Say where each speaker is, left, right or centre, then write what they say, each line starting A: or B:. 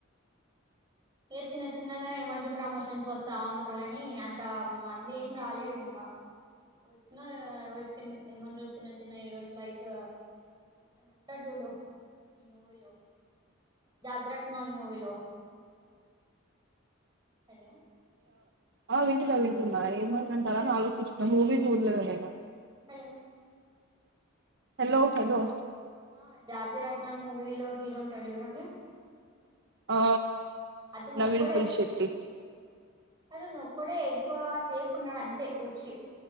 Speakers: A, on the right; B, on the right.
A: ఇగ చిన్న చిన్నగా ఏమంటారు ప్రమోషన్స్కి వస్తా ఉంటారు గానీ అంత మంది ఏం రాలేరు ఇంగా చిన్న ఎవరు చి ఏమంటారు చిన్న చిన్న హీరోస్ లైక్ ఇతను ఉంటాడు చూడు ఈ మూవీలో జాతి రత్నాల్ మూవీలో హలో
B: ఆ వింటున్నా వింటున్నా ఏమన్నా అంటారని ఆలోచిస్తున్నా మూవీ జూల్లేదు నేను
A: హలో
B: హలో హలో
A: ఆ జాతిరత్నాల్ మూవీలో హీరో ఉంటాడు చూడండి
B: ఆ
A: అతను
B: నవీన్
A: ఒకడే
B: పులి శెట్టి
A: హలో నువ్వు ఒక్కడివే ఎక్కువ సేపు ఉన్నాడు అంతే వచ్చి